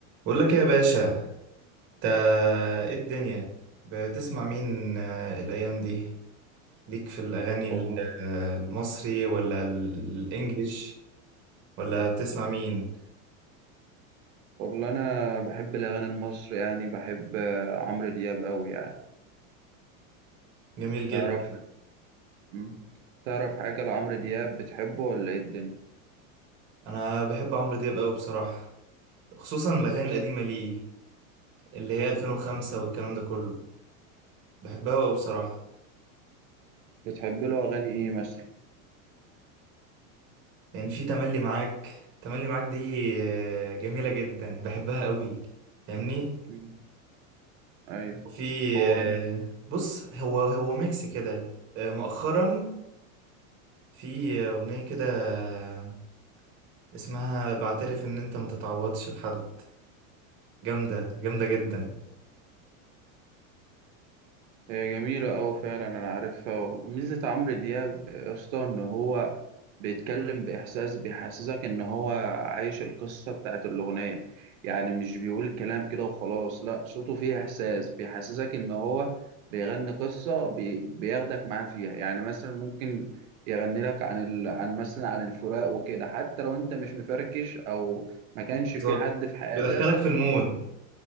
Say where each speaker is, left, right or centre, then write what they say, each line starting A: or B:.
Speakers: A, on the right; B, on the right.
A: بقول لك ايه يا باشا انت ايه الدنيا بتسمع مين آه، الايام دي ليك في الاغاني
B: والله
A: ال- آه، المصري ولا ال- الانجليش ولا بتسمع مين
B: والله انا بحب الاغاني المصري يعني بحب آه، عمرو دياب قوي يعني
A: جميل جدا
B: تعرف مم. تعرف حاجه لعمرو دياب بتحبه ولا ايه الدنيا
A: انا بحب عمرو دياب قوي بصراحة خصوصا الاغاني القديمة ليه اللي هي 2005 والكلام ده كله بحبها قوي بصراحة
B: بتحب له اغاني ايه مثلا
A: يعني في تملي معاك تملي معاك دي آه، جميلة جدا بحبها قوي فاهمني
B: مم. ايوه
A: وفي
B: هو
A: آه، بص هو هو ميكس كده آه، مؤخرا في أغنية كده آه، اسمها بعترف إن أنت ما تتعوضش في حد جامدة جامدة جدا
B: هي جميلة أوي فعلا أنا عارفها ميزة عمرو دياب يا اسطى إن هو بيتكلم بإحساس بيحسسك إن هو عايش القصة بتاعت الأغنية يعني مش بيقول كلام كده وخلاص لأ صوته فيه إحساس بيحسسك إن هو بيغني قصة بي... بياخدك معاه فيها يعني مثلا ممكن يغني لك عن ال... عن مثلا عن الفراق وكده حتى لو أنت مش مفركش أو ما كانش
A: بالظبط
B: في حد في حياتك
A: بيدخلك في المود